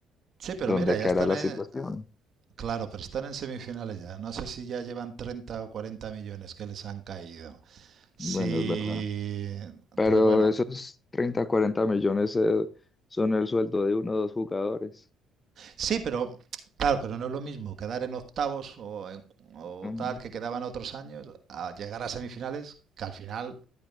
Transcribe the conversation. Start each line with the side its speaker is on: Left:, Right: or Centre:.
Right: Sí, pero
Left: ¿dónde
Right: mira, ya
Left: quedará
Right: están
Left: la
Right: en...
Left: situación?
Right: Claro, pero están en semifinales ya. No sé si ya llevan 30 o 40 millones que les han caído. Sí.
Left: Bueno, es verdad.
Right: Entonces,
Left: Pero
Right: bueno,
Left: esos 30 40 millones eh, son el sueldo de uno o dos jugadores.
Right: Sí, pero claro, pero no es lo mismo quedar en octavos o, en- o
Left: Mm,
Right: tal que quedaban otros años a llegar a semifinales, que al final